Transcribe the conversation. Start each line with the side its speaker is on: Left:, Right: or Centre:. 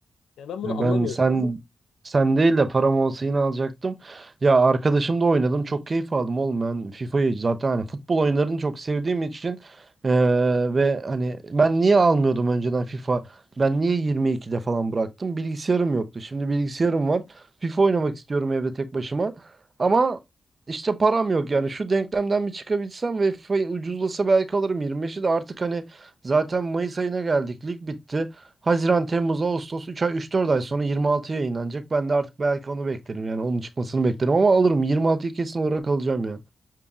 Left: Yani ben
Right: Ya
Left: bunu anlamıyorum.
Right: ben sen sen değil de param olsa yine alacaktım. Ya arkadaşımla oynadım. Çok keyif aldım oğlum. Ben FIFA'yı zaten hani futbol oyunlarını çok sevdiğim için eee, ve hani ben niye almıyordum önceden FIFA? Ben niye 22'de falan bıraktım? Bilgisayarım yoktu. Şimdi bilgisayarım var. FIFA oynamak istiyorum evde tek başıma. Ama işte param yok yani. Şu denklemden bir çıkabilsem ve FIFA ucuzlasa belki alırım. 25'i de artık hani zaten Mayıs ayına geldik. Lig bitti. Haziran, Temmuz, Ağustos 3 ay üç dört ay sonra 26 yayınlanacak. Ben de artık belki onu beklerim yani onun çıkmasını beklerim ama alırım 26'yı kesin olarak alacağım ya.